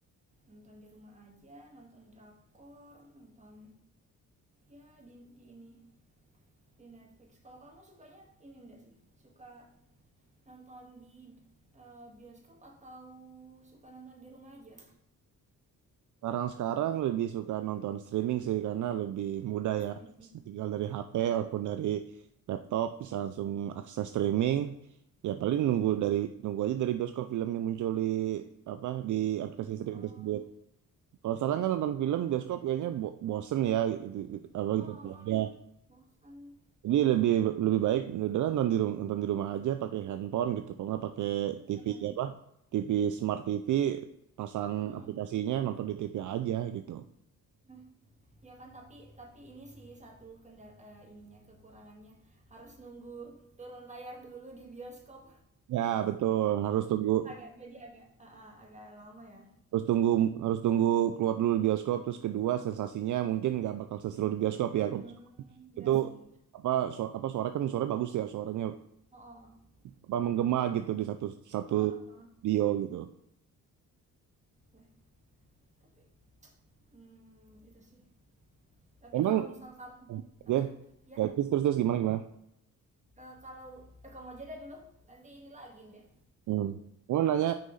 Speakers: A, on the right (about 20°); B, on the right (about 60°).
A: nonton di rumah aja nonton drakor nonton ya di, di ini di Netflix. Kalau kamu sukanya ini enggak sih? Suka nonton di eh, bioskop atau suka nonton di rumah aja?
B: sekarang-sekarang lebih suka nonton streaming sih karena lebih mudah
A: Terus
B: ya.
A: streaming
B: Tinggal dari HP ataupun dari laptop bisa langsung akses streaming. Ya paling nunggu dari nunggu aja dari bioskop film yang muncul di apa di aplikasi streaming
A: oh
B: tersebut. Kalau sekarang kan nonton film bioskop kayaknya bo- bosen ya gitu, gitu- apa
A: Oh, oh,
B: gitu.
A: oh.
B: Ya.
A: bosan.
B: Jadi lebih lebih baik udah nonton di rumah nonton di rumah aja pakai handphone gitu. Kalau nggak pakai TV
A: iya kan
B: apa? TV Smart TV pasang
A: Mm-mm.
B: aplikasinya nonton di TV aja gitu.
A: Nah, ya kan tapi tapi ini sih satu kendala eh, ininya kekurangannya harus nunggu turun layar dulu di bioskop.
B: Ya betul harus tunggu
A: agak jadi agak Ah, ah, agak lama ya.
B: harus tunggu harus tunggu keluar dulu di bioskop terus kedua sensasinya mungkin nggak bakal seseru di bioskop ya
A: hmm
B: kalau bioskop itu
A: ya sih
B: apa su- apa suara kan suara bagus ya suaranya
A: Oh, oh.
B: apa menggema gitu di satu satu
A: oh, oh.
B: video gitu.
A: Nah, Tapi hmm, itu sih. Tapi
B: Emang
A: kalau misal kamu
B: ya
A: apa? Ya,
B: ya terus terus, terus gimana gimana?
A: Ke- kalau eh, kamu aja deh dulu. Nanti ini lagi deh.
B: Hmm. Mau nanya,